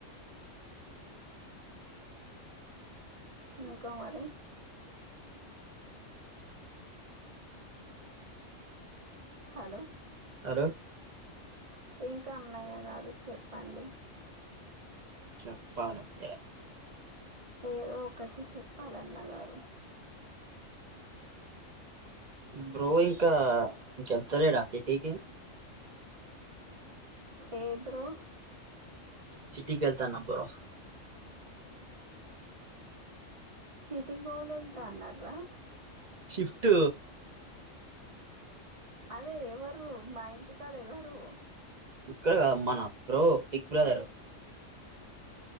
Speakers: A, on the right; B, on the right.
A: ఇంకా మరి హలో
B: అలో
A: ఇంకా అన్నయ్య గారు చెప్పండి
B: చెప్పాల మీరే
A: ఏదో ఒకటి చెప్పాలన్నగారు
B: బ్రో ఇంకా ఇంకెప్తలేడా సిటీకి
A: ఏ బ్రో
B: సిటీకిళ్తాన బరో
A: సిటి హోల్ వెలు త అన్న రా
B: షిఫ్ట్
A: అదే ఎవరు మా ఇంటికాడ ఎవరు
B: ఇక్కడ మన బ్రో బిగ్ బ్రదర్